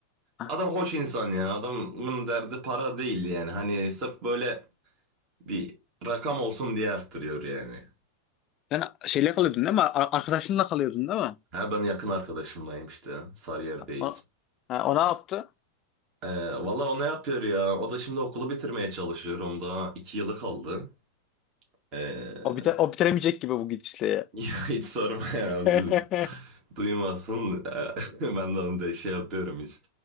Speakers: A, on the left (about 35°); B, on the right (about 35°).
A: ha.
B: Adam hoş insan ya. Adamın derdi para değil yani. Hani sırf böyle bir rakam olsun diye arttırıyor yani.
A: sen şeyle kalıyordun değil mi? Ar- Arkadaşınla kalıyordun değil mi?
B: Ha ben yakın arkadaşımdayım işte. Sarıyer'deyiz.
A: O, ha, o ne yaptı?
B: Ee, valla o ne yapıyor ya? O da şimdi okulu bitirmeye çalışıyor. Onda iki yılı kaldı. Ee,
A: O,
B: <laughs>
A: bite, o bitiremeyecek gibi bu gidişle
B: ya hiç sorma ya. Du-
A: ya. <laughs>
B: Duymasın. <laughs> Ben de onu da şey yapıyorum hiç.